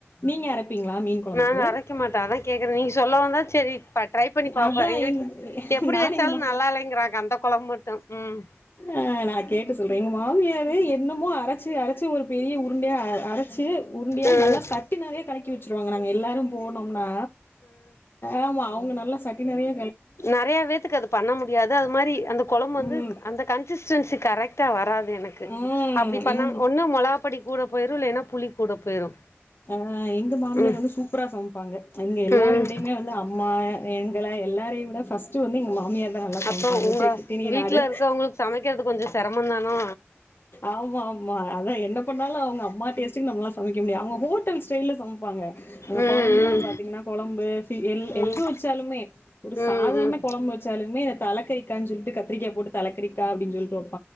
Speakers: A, on the left (about 55°); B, on the left (about 85°).
A: நீங்க அறைப்பீங்களா மீன் கொழம்புக்கு
B: நாங்க அரைக்க மாட்டோ அதா கேக்குறே நீங்க சொல்லவுந்தா செரி இப்ப ட்ரை பண்ணி பாப்போ
A: அது
B: எங்க
A: எங்
B: வீட்ல எப்டி
A: நானு
B: வச்சாலு
A: எங்கமா
B: நல்லா இல்லைங்கிறாங்க அந்த கொழம்பு மட்டு ம்
A: ஆஹ் நா கேட்டு சொல்றேங் மா மாமியாரு என்னமோ அரைச்சு அரைச்சு ஒரு பெரிய உருண்டையா அரைச்சு உருண்டையா
B: ம்
A: நல்லா சட்டி நெறையா கலக்க வெச்சுருவாங்க நாங்க எல்லாரு போனம் ன்னா ஆமாவ் அவங்க நல்லாஸ் சட்டி நெறைய
B: நெறையா வேத்துக்கு அது பண்ண முடியாது அது மாரி அந்த கொழம்பு வந்து
A: ம்
B: அந்த கன்சிஸ்டன்சி கரெக்ட்டா வராது என கு
A: ம்
B: அப்டி பண்ணா
A: எங்
B: ஒன்னு மொளகாப்படி கூட போய்ரு இல்லேன்னா புளி கூட போயிரு
A: அ எங்க மாமியார்
B: ம்
A: வந்து சூப்பரா சம்ப்பாங்க எங்க எல்லார
B: ம்
A: விடையுமே வந்து அம்மா எ எங்கள எ எல்லாரயு விட ஃபஸ்டு வந்து எங்க மாமியா தா நல்லா
B: அப்போ
A: சம்ப்பாங்க
B: உங்க
A: செட்டிடிணி
B: வீட்ல
A: நாடு
B: இருக்கவங்களுக்கு சமைக்கிறது கொஞ்சோ செரமந்தானா
A: ஆம்மாம்மா அதா என்ன பண்ணாலு அவுங் அம்மா டேஸ்டுக் நம்மலா சமைக்க முடியாத் அவுங்க ஹோட்டல் ஸ்டெய்ல்ல சம்ப்பாங்க அந்த
B: ம்
A: கொழம்புலா பாத்தீங்னா கொழம்பு ஃபி எல்
B: ம்
A: எது வெச்சாலுமே ஒரு
B: ம்
A: சாதாரண
B: ம்
A: கொழம் வெச்சாலுமே தலக்கரிக்கான் சொல்ட்டு கத்திரிக்கா போட்டு தலக்கரிக்கா அப்டின் சொல்ட்டு வெ